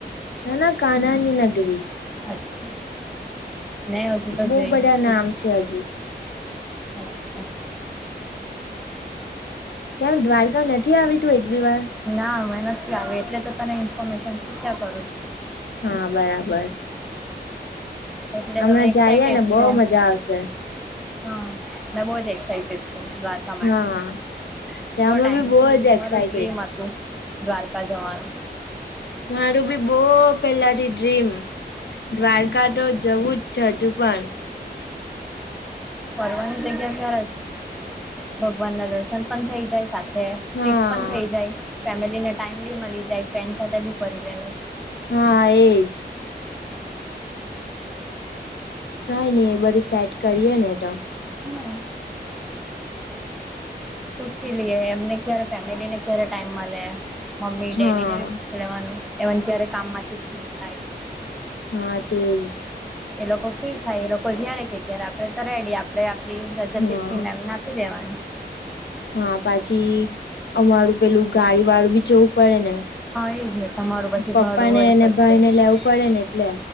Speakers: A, on the left; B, in the centre.
A: ના ના કાનની નગરી.
B: અચ્છા. મેં હજુ તો
A: બઉુ
B: ગઈ
A: બધા
B: નથી
A: નામ છે હજુ.
B: અચ્છા.
A: કેમ દ્વારકા નથી આવી તું એક બે વાર?
B: ના મેં નથી આવ્યું એટલે તો તને ઇન્ફોર્મેશન પૂછ્યા કરું છું.
A: હા બરાબર.
B: એટલે
A: હમણાં
B: તમે એટે
A: જઈએ ને બો
B: છો,
A: મજા આવશે
B: હ મે બ જક્ટે છ દ્વારકા
A: હા
B: માટે,
A: ત્યાં
B: બોવ
A: અમે
B: ટમથી
A: બી બો જ એક્સાઇટેડ
B: મારું ડ્રીમ હતું. દ્વારકા જવાનું.
A: મારું બી બહુ પેલાથી ડ્રીમ. દ્વારકા તો જવું જ છે હજુ પણ.
B: ફરવાની જગ્યા સરસ. ભગવાન ના દર્શન પણ થઈ જાય સાથે ટ્રીપ
A: હા
B: પણ થઇ જાય. ફેમિલીને ટાઈમ બી મળી જાય ફ્રેન્ડ સાથે બી ફરી લેવાય.
A: હા એજ. કઈ નઈ એ બધું સેટ કરીએ ને તો.
B: હમ પૂછી લએ એમને ક્યારે ફેમિલી ને ક્યારે ટાઇમ મળે, મમ્મી
A: હા
B: ડેડી ને બી પૂછી લેવાનું એ ત્યારે કામ માંથી ફ્રી થાય.
A: હા તેજ.
B: એ લોકો ફ્રી થાય એ લોકો જય્યારે કે ત્યારે આપડે તો રેડી આપડે આપ રજા
A: હા
B: ચિઠ્ઠી મેમને આપ દેવાની.
A: હા પછી અમારું પેલું ગાડી વાળું બી જવું પડે ને.
B: હા એજ ને તમારું પછી
A: પપ્પા
B: ભાડું
A: ને
B: હોય
A: અને
B: કશે
A: ભાઈ ને લેવું પડે ને એટલે.